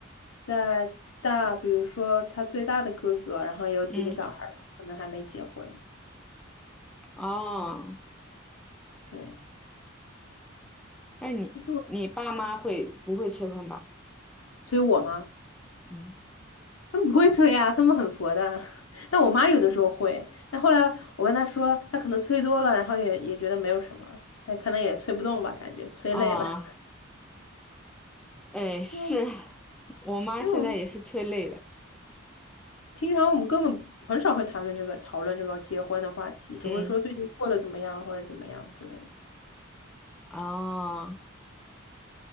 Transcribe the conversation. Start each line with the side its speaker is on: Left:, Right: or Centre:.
Left: 在大，比如说她最大的哥哥，然后有几个小孩儿可能还没结婚。
Centre: 嗯，哦，
Left: 对，
Centre: 那你你爸妈会不会催婚吧？
Left: 其实我催我妈，
Centre: 嗯
Left: 他们不会催啊，他们很佛的。<laughs> 但我妈有的时候会，但后来我跟她说，她可能催多了，然后也也觉得没有什么，她可能也催不动吧，感觉催累了。
Centre: 啊，哎，
Left: <laughs>
Centre: 是
Left: 因为我
Centre: 我妈现在也是催累了。
Left: 因为我们。平常我们根本很少会谈论这个讨论这个结婚的话题，只会说最近过得怎么样或者怎么样之类的。
Centre: 嗯，哦。